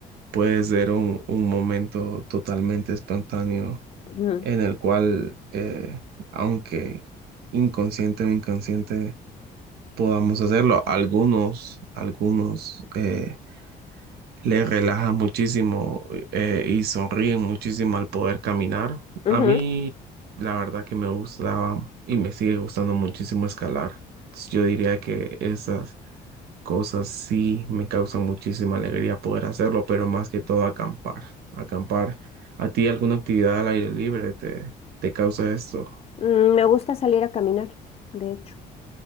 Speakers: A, on the right (about 70°); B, on the left (about 35°).
A: puede ser un, un momento totalmente espontáneo
B: Ujú,
A: en el cual, eh, aunque inconsciente o inconsciente, podamos hacerlo. Algunos, algunos eh, les relaja muchísimo eh, y sonríen muchísimo al poder caminar.
B: ujú.
A: A mí, la verdad que me gustaba y me sigue gustando muchísimo escalar. Yo diría que esas cosas sí me causan muchísima alegría poder hacerlo, pero más que todo acampar, acampar. ¿A ti alguna actividad al aire libre te, te causa esto?
B: Mm, Me gusta salir a caminar, de hecho,